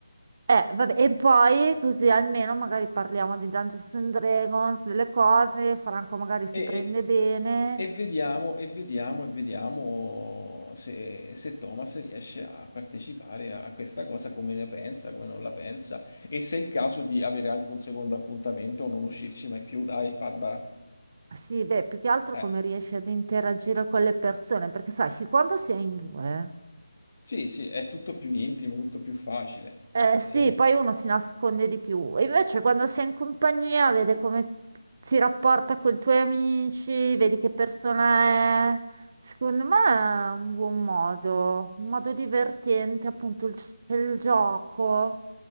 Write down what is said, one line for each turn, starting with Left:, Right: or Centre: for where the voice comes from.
Right: Eh, vabbè, e poi così almeno magari parliamo di Dungeons and Dragons, delle cose, Franco magari si
Left: E,
Right: prende
Left: e
Right: bene.
Left: E vediamo, e vediamo, e vediamo se, se Thomas riesce a partecipare a questa cosa, come ne pensa, come non la pensa, e se è il caso di avere anche un secondo appuntamento o non uscirci mai più. Dai, Barbara.
Right: Sì, beh, più che altro
Left: Eh,
Right: come riesci ad interagire con le persone, perché sai, fin quando si è in due.
Left: sì, sì, è tutto più intimo, tutto più facile.
Right: Eh
Left: Eh,
Right: sì, poi uno si nasconde di più. E Invece quando sei in compagnia, vede come si rapporta con i tuoi amici, vedi che persona è. Secondo me è un buon modo, un modo divertente, appunto il, c'è il gioco.